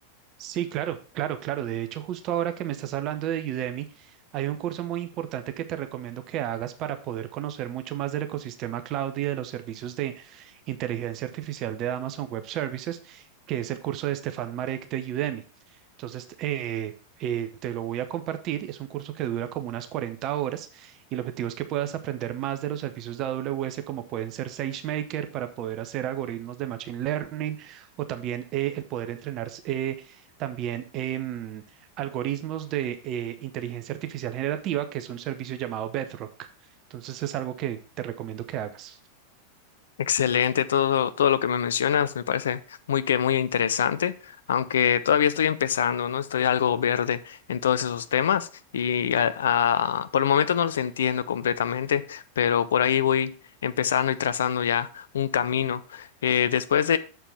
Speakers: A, on the right; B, on the left.
A: Sí, claro, claro, claro. De hecho, justo ahora que me estás hablando de Udemy, hay un curso muy importante que te recomiendo que hagas para poder conocer mucho más del ecosistema cloud y de los servicios de inteligencia artificial de Amazon Web Services, que es el curso de Stefan Marek de Udemy. Entonces, eh, eh, te lo voy a compartir. Es un curso que dura como unas 40 horas y el objetivo es que puedas aprender más de los servicios de AWS, como pueden ser SageMaker para poder hacer algoritmos de Machine Learning o también eh, el poder entrenar. eh, también em, algoritmos de eh, inteligencia artificial generativa, que es un servicio llamado Bedrock. Entonces es algo que te recomiendo que hagas.
B: Excelente, todo, todo lo que me mencionas me parece muy que muy interesante, aunque todavía estoy empezando, ¿no? Estoy algo verde en todos esos temas y a- a- por el momento no los entiendo completamente, pero por ahí voy empezando y trazando ya un camino. Eh, después